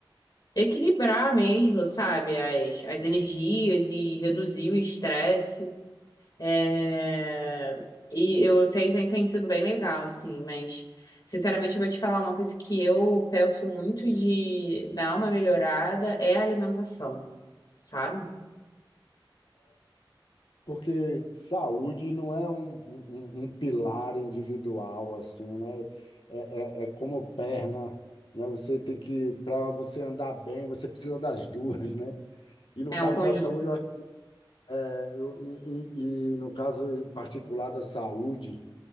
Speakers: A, on the left; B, on the left.
A: equilibrar mesmo, sabe, as, as energias e reduzir o estresse. É, E eu tenho, tem, tem sido bem legal, assim, mas sinceramente eu vou te falar uma coisa que eu penso muito de dar uma melhorada é a alimentação, sabe?
B: Porque saúde não é um, um, um um pilar individual, assim, né? É, é, é como perna, né? Você tem que, para você andar bem, você precisa das duas, né? E no
A: É
B: caso
A: um conjunto
B: da saúde, eu, acho- é, eu- e, e- e no caso particular da saúde,